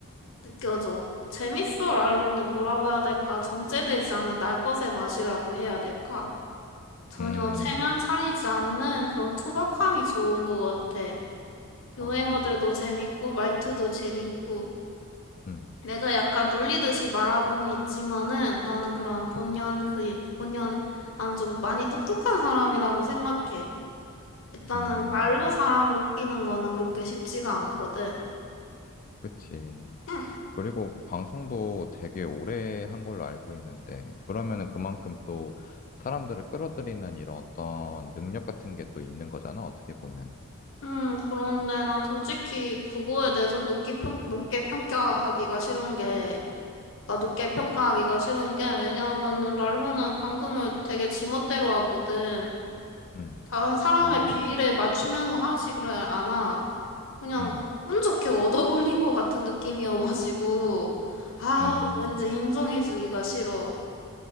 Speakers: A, on the left; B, on the left.
A: 느껴져. 재밌어, 랄론도 뭐라고 해야 될까? 정제되지 않은 날 것의 맛이라고 해야 될까? 전혀
B: 음,
A: 체면 차리지 않는 그런 투박함이 좋은 것 같아. 유행어들도
B: 아,
A: 재밌고, 말투도 재밌고.
B: 음,
A: 내가 약간 놀리듯이 말하고는 있지만은 나는 그런 본연 그, 본연, 난 좀 많이 똑똑한 사람이라고 생각해. 일단은
B: 음,
A: 말로 사람을 웃기는 거는 그렇게 쉽지가 않거든.
B: 그치.
A: 응.
B: 그리고 방송도 되게 오래 한 걸로 알고 있는데, 그러면은 그만큼 또 사람들을 끌어들이는 이런 어떤 능력 같은 게 또 있는 거잖아, 어떻게 보면.
A: 음, 그런데 난 솔직히 국어에 대해서 높게 평, 높게 평가하기가 싫은 게 나 높게 평가하기가 싫은 게 왜냐하면은 랄로는 방송을 되게 지멋대로 하거든.
B: 음,
A: 다른 사람의
B: 아,
A: 비위를 맞추면서 하지를 않아. 그냥
B: 음,
A: 운 좋게 얻어 걸린 것 같은 느낌이어가지고 아
B: 음,
A: 왠지 인정해주기가 싫어.